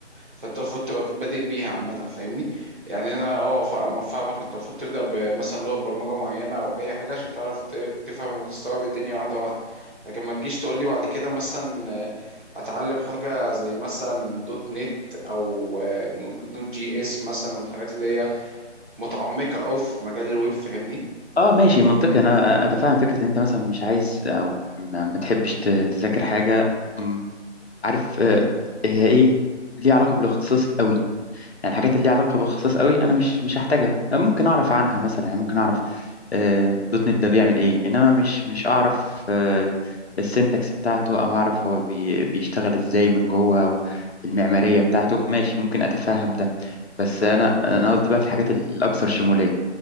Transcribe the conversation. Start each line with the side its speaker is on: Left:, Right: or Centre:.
Right: فانت المفروض تبقى بادئ بيها عامة فاهمني يعني انا اه فا- فاهمك انت المفروض تبدأ بمثلا لغة برمجة معينة او اي حاجة عشان تعرف ت- تفهم وتستوعب الدنيا واحدة واحدة لكن ما تجيش تقول لي بعد كده مثلا اه، اتعلم حاجة زي مثلا دوت نت او اه، نو- نود جي اس مثلا والحاجات اللي هي متعمقة قوي في مجال الويب فاهمني
Left: اه ماشي منطقي انا اتفهم فكره ان انت مثلا مش عايز او ما ما تحبش ت- تذاكر حاجه م، عارف آه، هي ايه ليها علاقه بالاختصاص قوي يعني الحاجات اللي ليها علاقة بالخصائص قوي أنا مش مش هحتاجها ممكن أعرف عنها مثلا يعني ممكن أعرف آه، دوت نت ده بيعمل إيه إنما مش مش أعرف آه، السنتكس بتاعته أو أعرف هو بي بيشتغل إزاي من جوه أو المعمارية بتاعته ماشي ممكن أتفهم ده بس أنا أنا قصدي بقى في الحاجات الأكثر شمولية